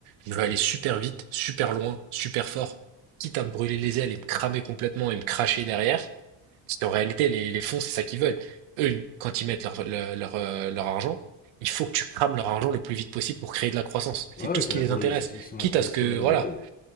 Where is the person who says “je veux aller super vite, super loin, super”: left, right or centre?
Right